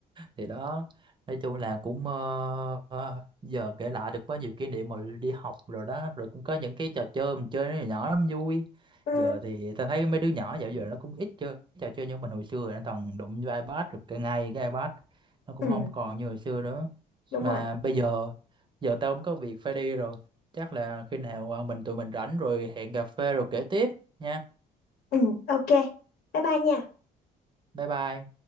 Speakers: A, on the right (about 30°); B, on the left (about 65°).
A: Thì đó nói chung là cũng ờ, ờ, giờ kể lại được quá nhiều kỷ niệm mà đi học rồi đó rồi cũng có những cái trò chơi mình chơi nó nhỏ lắm vui
B: ừ,
A: giờ thì ta thấy mấy đứa nhỏ dạo giờ nó cũng ít chơi trò chơi như mình hồi xưa rồi, nó toàn đụng vô iPad rồi cái ngay cái iPad nó cũng
B: ừ,
A: không còn như hồi xưa nữa
B: đúng
A: mà
B: rồi
A: bây giờ giờ tao cũng có việc phải đi rồi chắc là khi nào ờ, mình tụi mình rảnh rồi hẹn cà phê rồi kể tiếp nha
B: ừ, ok bye bye nha
A: bye bye